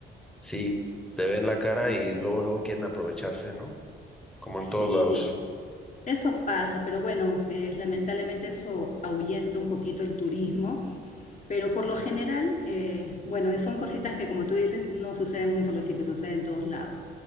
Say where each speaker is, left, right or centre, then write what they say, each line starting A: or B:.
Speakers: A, in the centre; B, on the left.
A: Sí, te ven la cara y luego, luego quieren aprovecharse, ¿no? Como
B: Sí,
A: en todos lados.
B: eso pasa, pero bueno, eh, lamentablemente eso ahuyenta un poquito el turismo Pero por lo general, eh, bueno, son cositas que como tú dices, no suceden en un solo sitio, suceden en todos lados.